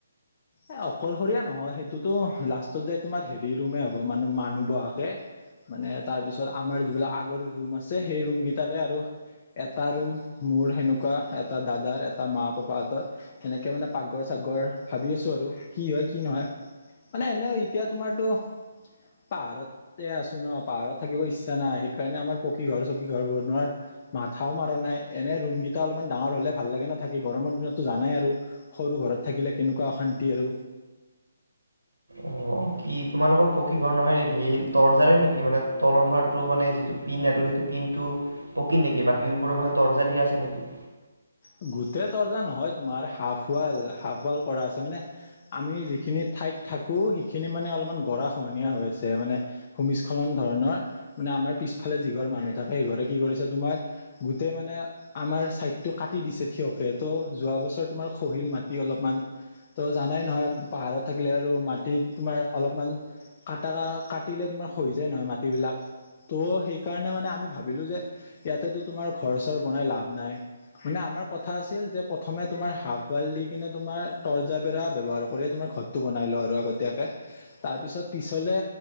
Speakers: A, on the left; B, on the right.
A: এ অকলশৰীয়া নহয় সেইটোতো লাষ্টত জাই তোমাৰ হেৰি ৰুমে হ'ব মান মানুহ বহাকে মানে তাৰ পিছত আমাৰ যিবিলাক আগৰ ৰুম আছে সেই ৰুম কেইটাৰে আৰু এটা ৰুম মোৰ সেনেকুৱা এটা দাদাৰ এটা মা পাপাহতৰ সেনেকে মানে পাকঘৰ চাগ আগৰ ভাবি আছোঁ আৰু কি হয় কি নহয় মানে এনে এতিয়া তোমাৰতো পাহাৰতে আছো ন পাহাৰত থাকিব ইচ্ছা নাই সেইকাৰণে আমাৰ পকী ঘৰ চকী ঘৰ ব নোৱাৰ মাথাও মাৰা নাই এনে ৰুম কেইটা অলপমান ডাঙৰ হলে ভাল লাগে নাথাকি গৰমৰ দিনততো জানাই আৰু সৰু ঘৰত থাকিলে কেনেকুৱা অশান্তি আৰু
B: অ কি তোমালোকৰ পকী ঘৰ নহয় নেকি তৰ্জাৰে নেকি মানে তলৰ ফাৰটো মানে যিটো পিন সেইটো কিন্তু পকিন নেকি বাকী ওপৰৰ ফালে তৰ্জা দিয়া আছে নেকি
A: উ গোটেই তৰ্জা নহয় তোমাৰ হাঁফুৱাল হাঁফাল কৰা আছে মানে আমি যিখিনি ঠাইত থাকো, সেইখিনি মানে অলপমান গৰা খহনীয়া হৈ আছে, মানে ভূমিস্খলন ধৰণৰ, মানে আমাৰ পিছফালে যিঘৰ মানুহ থাকে সেইঘৰে কি কৰিছে তোমাৰ গোটেই মানে আমাৰ চাইড কাটি দিছে থিয়কে তো যোৱা বছৰ তোমাৰ খহিল মাটি অলপমান তো জানাই নহয় পাহাৰ থাকিলে আৰু মাটি তোমাৰ অলপমান কটা কাটিলে তোমাৰ হৈ যায় নহয় মাটিবিলাক ত' সেইকাৰণে মানে আমি ভাবিলো যে ইয়াতেতো তোমাৰ ঘৰ চৰ বনাই লাভ নাই মানে আমাৰ কথা আছিল যে প্ৰথমে তুমাৰ হাফাল দি কিনে তোমাৰ তৰ্জাৰ বেৰা ব্যয়ৱহাৰ কৰি তোমাৰ ঘৰটো বনাই লও আৰু আগতীয়াকে তাৰ পিছত পিছলে